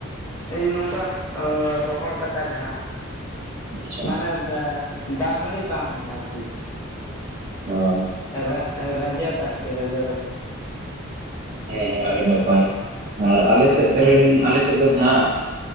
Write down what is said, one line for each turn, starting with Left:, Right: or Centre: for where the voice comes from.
Left: ᱮᱭᱮ ᱱᱚᱝᱠᱟ ᱨᱚᱦᱚᱲ ᱫᱟᱠᱟ ᱡᱟᱦᱟᱸ᱾
Right: ᱟᱪᱪᱷᱟ
Left: ᱢᱟᱱᱮ ᱫᱟ ᱫᱟᱜ ᱢᱟᱹᱲᱤ ᱵᱟᱝ ᱟᱨᱠᱤ᱾
Right: ᱚ
Left: ᱨᱮ ᱨᱮᱱᱡᱮᱫ ᱟᱨᱠᱤ ᱨᱮᱡᱮᱫ ᱫᱟᱠᱚ᱾
Right: ᱦᱮᱸ, ᱦᱮᱸ, ᱟᱹᱰᱤ ᱱᱟᱯᱟᱭ ᱟᱨ, ᱟᱞᱮ
Left: ᱦᱮᱸ
Right: ᱥᱮᱫ ᱨᱮᱱ ᱟᱞᱮ ᱥᱮᱫ ᱱᱤᱛᱚᱜ ᱫᱚ ᱦᱟᱜ